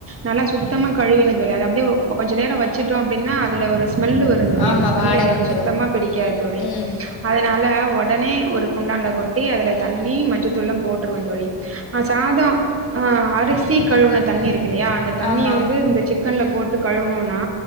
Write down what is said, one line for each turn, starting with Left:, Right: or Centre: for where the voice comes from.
Right: நல்லா சுத்தமா கழுவினதுல அது அப்டியே உ அ கொஞ்ச நேரோ வச்சுட்டோ அப்டின்னா அதுல ஒரு ஸ்மெல்லு வரு தோழி
Left: ஆமா
Right: அந்த ஸ்மெல்
Left: வாட
Right: எனக்கு
Left: வந்துரு
Right: சுத்தமா பிடிக்காது தோழி
Left: ம்
Right: அதனால ஒடனே ஒரு குண்டால கொட்டி அதுல தண்ணி மஞ்சள்த்தூள்லா போட்ருவே தோழி ஆ சாதோ ஆ அரிசி கழுவுன தண்ணி இருக்கில்லையா தண்ணிய
Left: ஆமா
Right: வந்து இந்த சிக்கன்ல போட் <unintelligible> கழுவுனுனா